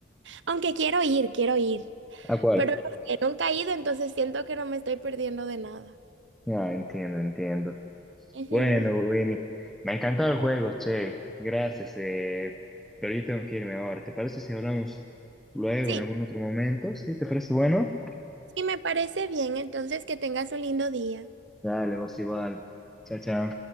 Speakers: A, on the right (about 75°); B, in the centre.
A: aunque quiero ir, quiero ir,
B: ¿A cuál?
A: pero los que nunca he ido, entonces siento que no me estoy perdiendo de nada.
B: Ah, entiendo, entiendo.
A: Ujú.
B: Bueno, Winnie, me ha encantado el juego, che, gracias, eh, pero yo tengo que irme ahora. ¿Te parece si hablamos luego
A: Sí,
B: en algún otro momento? ¿Sí? ¿Te parece bueno?
A: sí, me parece bien, entonces que tengas un lindo día.
B: Dale, vos igual. Chao, chao.